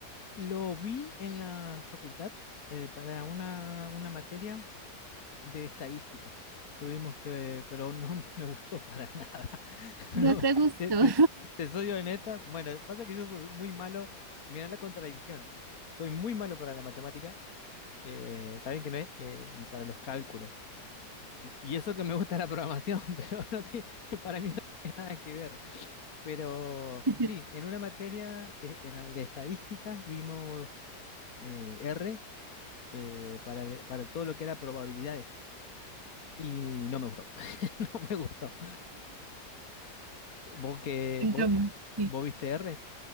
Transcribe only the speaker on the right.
No
te gustó.
<laughs>
En
cambio, sí.